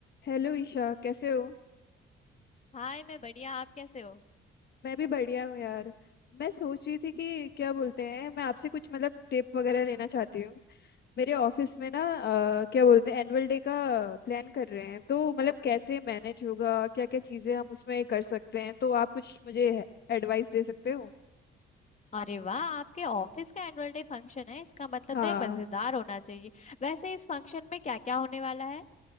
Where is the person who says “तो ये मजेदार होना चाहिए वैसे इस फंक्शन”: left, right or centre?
Left